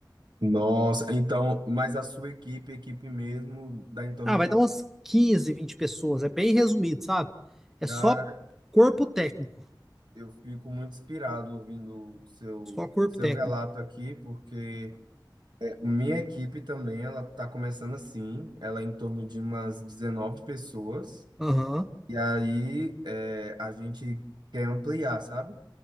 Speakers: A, on the right; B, in the centre.
A: Nossa, então, mas a sua equipe, a equipe mesmo, dá em torno
B: Ah,
A: de.
B: vai dar umas 15, 20 pessoas, é bem resumido, sabe? É
A: Cara,
B: só corpo técnico,
A: eu fico muito inspirado ouvindo o seu,
B: só corpo
A: seu
B: técnico.
A: relato aqui, porque minha equipe também, ela tá começando assim, ela é em torno de umas 19 pessoas,
B: Aham,
A: e aí é, a gente quer ampliar, sabe?